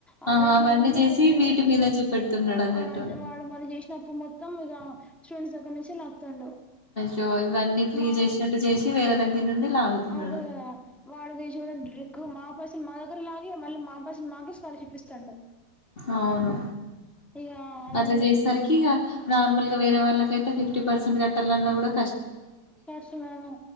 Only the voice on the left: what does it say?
ఆహా
అవన్నీ
చేసి
వీటి మీద చూపెడుతున్నాడు అన్నట్టు
యో ఇవన్నీ ఫ్రీ
జేసినట్టు చేసి వేరే దగ్గర నుండి లాగుతున్నాడు
అవును
అట్లా
చేసేసరికి ఇగ నార్మల్ వేరే వాళ్ళకైతే ఫిఫ్టీ పర్సంట్ కట్టల్ల అన్నా గూడా